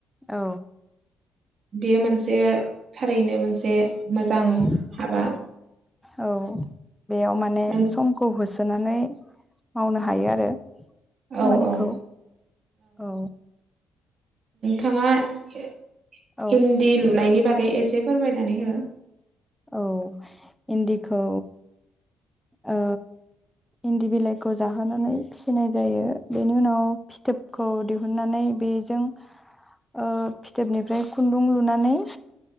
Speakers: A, in the centre; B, on the right.
A: औ
B: बेयो मोनसे थारैनो मोनसे मोजां
A: औ
B: हाबा
A: औ बेयाव माने
B: नों
A: समखौ होसो सोनानै मावनो हायो आरो खामानिखौ
B: औ औ औ <unintelligible>
A: औ
B: थाङा ए
A: औ
B: इन्दि लुनायनि बागै एस दे फोरमायनानै हो।
A: औ इन्दिखौ ओ इन्दि बिलाइखौ जाहोनानै फिसिनाय जायो बेनि उनाव फिथोबखौ दिहुननानै बेजों ओ फिथोबनिफ्राय खुन्दुं लुनानै